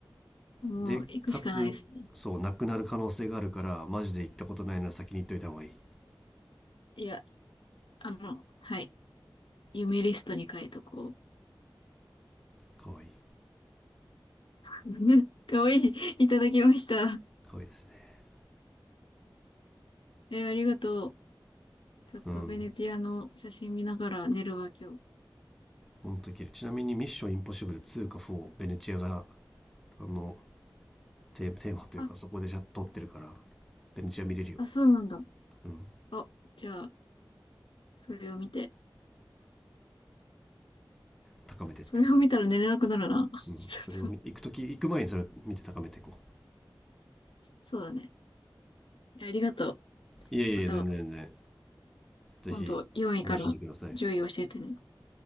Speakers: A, on the left; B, in the centre.
A: もう行くしかないですね。
B: で、かつ、そう、なくなる可能性があるから、マジで行ったことないなら先に行っといた方がいい。
A: いや、あの、はい。夢リストに書いとこう。
B: かわいい。
A: <laughs> かわいい。いただきました。
B: かわいいですね。
A: えーありがとう。ちょっとベネチアの写真見ながら寝るわ、
B: うん。
A: 今日。
B: ほんと綺麗。ちなみにミッションインポッシブル2か4、ベネチアが、あの、テーテーマというかそこでじゃ撮ってるから、
A: あ、
B: ベネチア見れるよ。
A: あ、そうなんだ。
B: うん。
A: あ、じゃあ、それを見て。
B: 高めてって。
A: それを見たら寝れなくなるな。<laughs>
B: うん。
A: ちょっと
B: それを見行くとき、行く前にそれを見て高めていこ
A: そうだね。いやありがとう。
B: う。いえいえ、
A: また、
B: 全然全然。ぜひ、
A: 今度4位から10位教えてね。
B: 楽しんでください。